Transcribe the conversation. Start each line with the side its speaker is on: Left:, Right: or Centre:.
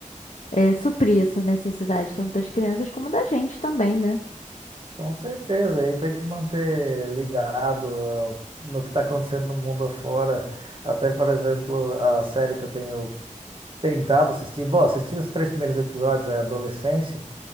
Left: eh, suprir essa necessidade, tanto das crianças como da gente também, né?
Right: com certeza, aí para te manter ligado ó, no que está acontecendo no mundo afora. Até, por exemplo, a série que eu tenho tentado assistir. Bom, assisti os três primeiros episódios, é Adolescência.